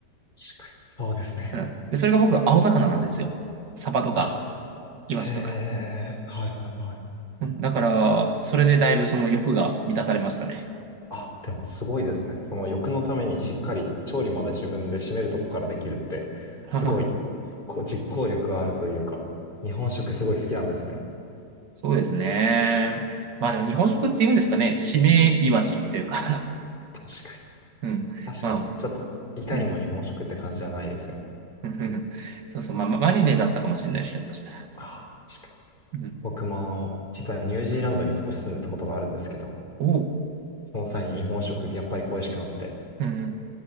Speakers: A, on the left; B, on the right.
A: 確かに。そうですね。
B: うん。で、それが僕は青魚なんですよ。サバとか、
A: あ
B: イワシとか。
A: へえ、はいはいはい。
B: うん。だから、それでだいぶその欲が満たされましたね。
A: あ、でもすごいですね。その欲のためにしっかり調理まで自分で締めるとこからできるって、
B: <laughs>
A: すごい、こう実行力があるというか、日本食すごい好きなんですね。
B: そうですね。まあでも日本食って言うんですかね、締めイワシっていうか
A: 確か
B: <laughs> うん。
A: に、確かに。
B: まあ、
A: ちょっと、いかにも日本食って感じじゃないですよね。
B: うん。うんうん <laughs> そうそう、まあ、まマリネだったかもしれないし、ひょっとしたら。
A: ああ、確かに。
B: うん。
A: 僕もあの、実はニュージーランドに少し住んでたことがあるんですけど、
B: おう。
A: その際に日本食、やっぱり恋しくなって、
B: うんうん